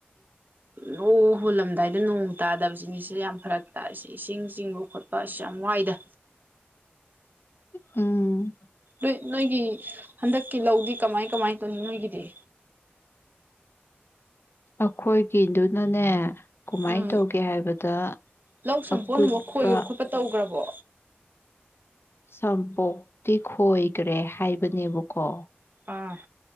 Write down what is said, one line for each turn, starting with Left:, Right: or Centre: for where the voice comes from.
Right: ꯅꯣꯡ ꯍꯨꯜꯂꯝꯗꯥꯏꯗ ꯅꯣꯡ ꯇꯥꯗꯕꯁꯤꯅꯤꯁꯨ ꯌꯥꯝ ꯐꯔꯛ ꯇꯥ ꯁꯤ ꯏꯁꯤꯡ ꯆꯤꯡꯕ ꯈꯣꯠꯄ ꯑ ꯌꯥꯝ ꯋꯥꯏꯗ
Left: ꯎꯝ
Right: ꯅꯣꯏ ꯅꯣꯏꯒꯤ ꯍꯟꯗꯛꯀꯤ ꯂꯧꯗꯤ ꯀꯃꯥꯏ ꯀꯃꯥꯏ ꯑꯗꯨꯅꯤ ꯅꯣꯏꯒꯤꯗꯤ
Left: ꯑꯩꯈꯣꯏꯒꯤꯗꯨꯅꯅꯦ ꯀꯃꯥꯏꯅ
Right: ꯎꯝ
Left: ꯇꯧꯒꯦ ꯍꯥꯏꯕꯗ
Right: ꯂꯧ ꯁꯝꯄꯣꯟꯕ
Left: ꯑꯀꯨꯠꯄ
Right: ꯈꯣꯏꯕ ꯈꯣꯠꯄ ꯇꯧꯈ꯭ꯔꯕꯣ
Left: ꯁꯝꯄꯣꯛꯇꯤ ꯈꯣꯏꯈ꯭ꯔꯦ ꯍꯥꯏꯕꯅꯦꯕꯀꯣ
Right: ꯑꯥ